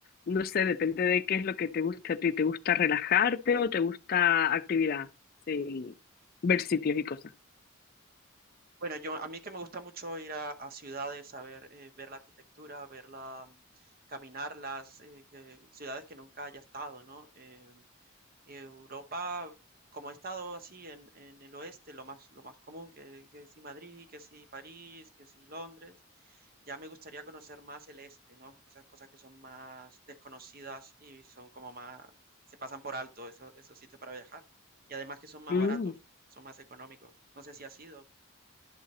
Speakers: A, on the left; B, on the right.
A: no sé, depende de qué es lo que te gusta a ti. ¿Te gusta relajarte o te gusta actividad? Sí, ver sitios y cosas.
B: Bueno, yo a mí que me gusta mucho ir a, a ciudades, a ver, eh, ver la arquitectura, verla, mm, caminarlas, eh, que- ciudades que nunca haya estado, ¿no? Eh, Europa, como he estado así en, en el oeste, lo más, lo más común, que, que si Madrid, que si París, que si Londres, ya me gustaría conocer más el este, ¿no? Esas cosas que son más desconocidas y son como más, se pasan por alto esos, esos sitios para viajar. Y además que son más
A: Mm.
B: baratos, son más económicos. No sé si ha sido,